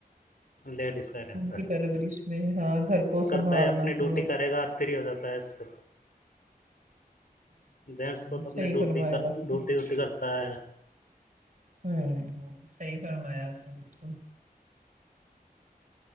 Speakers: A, on the left; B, on the right.
A: لیڈیس رہتا
B: ان کی پرورش میں ہاں گھر کو
A: کرتا
B: سنبھالنا
A: ہے اپنی
B: پورا
A: ڈیوٹی
B: ہوں
A: کرے گا اور فری ہو جاتا ہے اس سے
B: <inaudible>
A: جینس کو تو
B: صحیح
A: اپنی ڈیوٹی
B: فرمایا
A: کر
B: آپ نے
A: ڈیوٹی
B: ہوں
A: ویوٹی کرتا ہے
B: ہوں ہصحیح فرمایا آپ نے بالکل